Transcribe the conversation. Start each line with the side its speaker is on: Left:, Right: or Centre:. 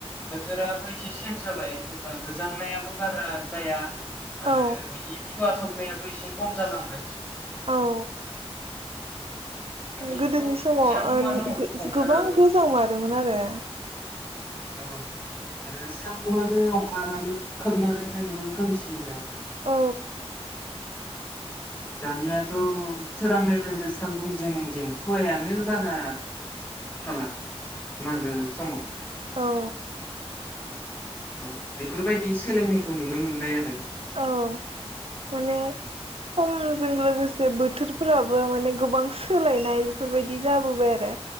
Left: बोथोराबो एसे चेन्ज जाबाय जेनेबा गोजांनायाबो बारा जाया आरो
Right: औ
Left: बिखि खुवा खोबनायाबो एसे खम जालांबाय
Right: औ
Left: आगोलथ'
Right: गोदोनि समाव
Left: सान्दुंआनो
Right: ओ
Left: अंखारामोन
Right: गोबां गोजां मारोमोन आरो
Left: औ आरो सान आनो अंखारामोन खोबनानै थायोमोन खोमसियैनो
Right: औ
Left: दानियाथ' सोरांनाय लोगो लोगो सान्दुं जें जें खुवायानो बारा थाङा मागो समाव
Right: औ
Left: औ बेफोरबायदि सोलायनायखौ नुनो मोनबाय आरो।
Right: औ माने समजों लोगोसे बोथोरफोराबो माने गोबां सोलायनाय बेफोरबायदि जाबोबाय आरो